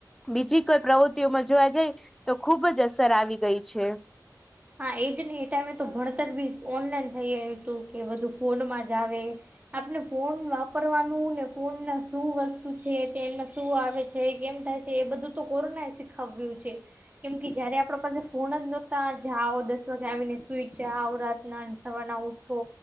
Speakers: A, in the centre; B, on the right (about 20°).
A: બીજી કોઈ પ્રવૃત્તિઓમાં જોવા જાય તો ખુબ જ અસર આવી ગઈ છે.
B: હા એજ ને એ ટાઈમે તો ભણતર બી ઓનલાઈન થઈ ગું હતું કે બધું ફોનમાં જ આવે. આપણે ફોન વાપરવાનું ને ફોન ના શું વસ્તુ છે. તે માં શું આવે. છે, કેમ થાય છે. એ બધું તો કોરોના આ શીખવ્યું છે. કેમ કે જયારે આપડા પાસે ફોન જ નોતા. જાવો, દસ વાગે આવીને સુઈ જવો. રાતના ને સવાર ના ઉઠો